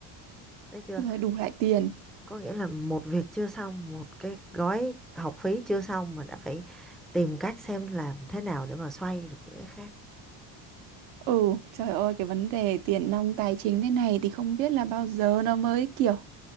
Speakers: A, in the centre; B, on the right (about 75°).
A: thấy chưa?
B: rồi đủ lại tiền
A: Có nghĩa là một việc chưa xong, một cái gói học phí chưa xong mà đã phải tìm cách xem làm thế nào để mà xoay được những cái khác.
B: ừ trời ơi cái vấn đề tiền nong tài chính thế này thì không biết là bao giờ nó mới kiểu